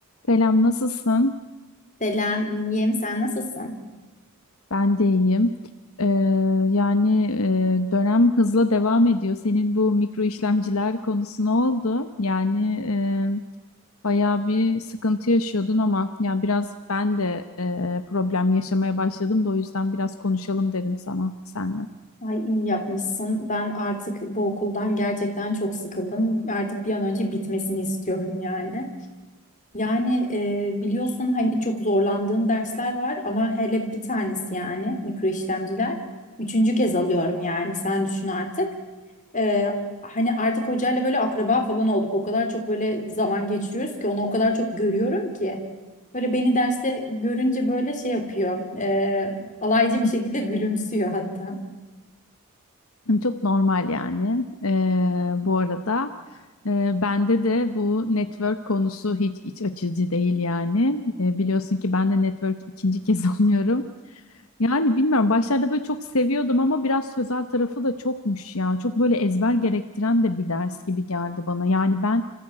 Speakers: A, on the left; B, on the left.
A: Selam, nasılsın?
B: Selam, iyiyim. Sen nasılsın?
A: Ben de iyiyim. Ee, yani e, dönem hızla devam ediyor. Senin bu mikro işlemciler konusu ne oldu? Yani e, bayağı bir sıkıntı yaşıyordun ama yani biraz ben de e, problem yaşamaya başladım da o yüzden biraz konuşalım dedim sana senle.
B: Ay iyi yapmışsın. Ben artık bu okuldan gerçekten çok sıkıldım. Artık bir an önce bitmesini istiyorum yani. Yani e, biliyorsun hani çok zorlandığım dersler var ama hele bir tanesi yani mikro işlemciler. Üçüncü kez alıyorum yani sen düşün artık. E, hani artık hocayla böyle akraba falan olduk. O kadar çok böyle zaman geçiriyoruz ki onu o kadar çok görüyorum ki. Böyle beni derste görünce böyle şey yapıyor. e, alaycı bir
A: <laughs>
B: şekilde gülümsüyor hatta.
A: Çok normal yani. Ee, bu arada e, bende de bu network konusu hiç iç açıcı değil yani. Ee, biliyorsun ki ben de network ikinci kez <laughs> alıyorum. Yani bilmiyorum başlarda böyle çok seviyordum ama biraz sözel tarafı da çokmuş ya. Çok böyle ezber gerektiren de bir ders gibi geldi bana. Yani ben